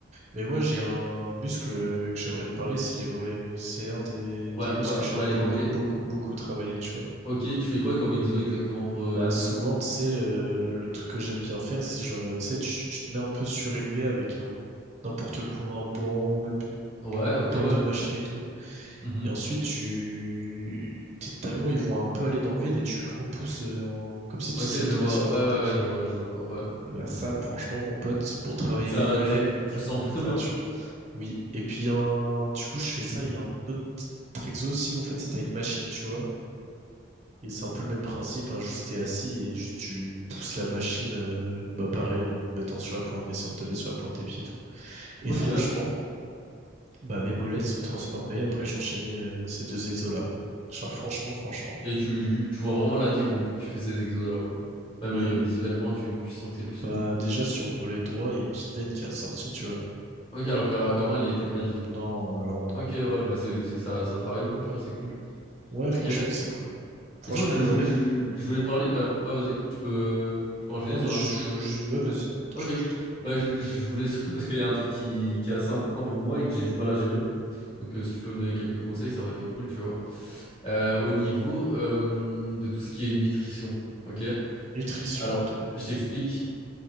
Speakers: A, on the right (about 35°); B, on the left (about 25°).
A: Mais moi, j'ai un muscle que j'aimerais te parler, c'est les mollets. C'est un des,
B: Ouais,
A: des muscles
B: ouais,
A: que j'aime
B: ouais,
A: beaucoup,
B: les mollets.
A: beaucoup, beaucoup travailler, tu vois.
B: Ok, tu fais quoi comme exo exactement pour euh,
A: Bah
B: les mollets?
A: souvent, tu sais, euh, le truc que j'aime bien faire, c'est genre, euh, tu sais, tu, tu te mets un peu surélevé avec un n'importe quoi, un banc, même
B: Ouais,
A: en
B: ok,
A: bord
B: ouais.
A: de machine et tout.
B: Mhm.
A: Et ensuite, tu tes talons, ils vont un peu aller dans le vide et tu repousses euh, en- comme si
B: Ok,
A: tu essayais
B: je
A: de te
B: vois.
A: mettre sur la
B: Ouais,
A: pointe
B: ouais,
A: des pieds.
B: ouais, je vois, je vois, je vois. Ouais.
A: Et bah ça, franchement, mon pote, pour travailler
B: Ça,
A: les mollets,
B: tu, tu le sens plutôt
A: ça
B: bien.
A: tue. Oui. Et puis un, du coup, je fais ça. Il y a un autre exo aussi. où, En fait, c'est t'as une machine, tu vois. Et c'est un peu le même principe, hein, juste t'es assis et juste tu pousses la machine, euh, bah pareil, en mettant sur la pointe, en essayant de te mettre sur la pointe des pieds et tout. Et
B: Ok.
A: franchement, bah mes mollets se sont transformés après que j'enchaînais euh, ces deux exos-là. Genre franchement, franchement.
B: Et tu, tu, tu vois vraiment la diff depuis que tu fais ces exos-là, quoi. Même
A: Oui,
B: euh, visuellement, tu, tu sens que c'est plus solide.
A: bah déjà sur mon mollet droit, il y a une petite veine qui est ressortie, tu vois.
B: Ok, alors qu'à- qu'avant, il y était pas du tout.
A: Non, non, non.
B: Ok, ouais, bah c'est c'est que ça, ça travaille bien, tu vois, c'est cool.
A: Ouais,
B: Ok.
A: franchement, c'est cool. Franchement,
B: Et sinon, je,
A: mollet.
B: je, je, je voulais te parler. Bah, ouais, vas-y, je peux, je peux enchaîner
A: Non, mais
B: sur
A: je,
B: un autre sujet.
A: je, je- ouais, vas-y, non,
B: Ok.
A: je, je t'en.
B: Bah, je, je voulais surtout parce qu'il y a un truc qui, qui est assez important pour moi et que j'ai du mal à gérer. Donc, euh, si tu peux me donner quelques conseils, ça aurait été cool, tu vois. Euh, au niveau euh, de tout ce qui est nutrition, ok?
A: Nutrition,
B: Alors,
A: ok.
B: je t'explique.